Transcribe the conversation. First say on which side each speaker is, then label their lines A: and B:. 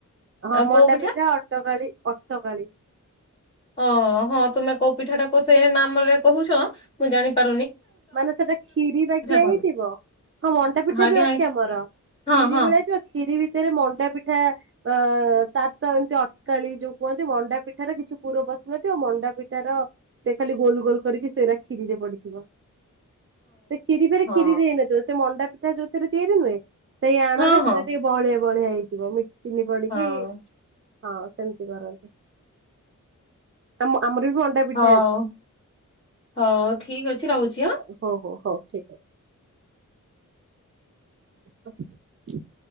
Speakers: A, on the right; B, on the left.
A: ହଁ
B: ଆଉ କୋଉ
A: ମଣ୍ଡା ପିଠା ଅଟକାଳି। ଅଟକାଳି।
B: ଓ ହଁ ତୁମେ କୋଉ ପିଠା ଟା କ ସେ ନାମ ରେ କହୁଛ ମୁଁ ଜାଣିପାର।
A: ମାନେ ସେଟା ଖିରି ବାକିଆ
B: କହନ୍ତି।
A: ହେଇଥିବ। ହଁ ମଣ୍ଡା ପିଠା
B: ଆଜ୍ଞା
A: ବି ଅଛି ଆମର
B: ହଁ
A: ଖିରି
B: ହଁ
A: ଭଳିଆ ଯିବ ଖିରି ଭିତରେ ମଣ୍ଡା ପିଠା। ଅ ତାର ତ ଏମିତି ଅଟକାଳ ଯୋଉ କୁହନ୍ତି ମଣ୍ଡା ପିଠାର କିଛି ପୁର ବସିୁନାହାନ୍ତି ଆଉ ମଣ୍ଡା ପିଠାର। ସେ ଖାଲି ଗୋଲ ଗୋଲ କରିକି ସେଇଟା କ୍ଷୀରିରେ ପଡିଥିବ। ସେ କ୍ଷୀରି ଫରେ
B: ହଁ
A: କ୍ଷୀରିରେ ହେଇନଥିବ ସେ ମଣ୍ଡା। ଯଉଥିରେ ତିଆରି ନୁହେଁଇ ଆଣରେ
B: ହଁ ହଁ ହଁ
A: ସେଟା ଟିକେ ବଳିଆ ବଳିଆ ହେଇଥିବ ମି। ଚିନି ପଡିକି
B: ହଁ
A: ହଁ ସେମିତି କରନ୍ତିୁ। ଆ ଆମର ବି ଅଟା ପିଠା
B: ହଉ
A: ଅଛି।
B: ହଉ ଠିକ ଅଛି ରହୁଛି ଆଁ।
A: ହଉ ହଉ ହଉ ଠିକ ଅଛି। <unintelligible>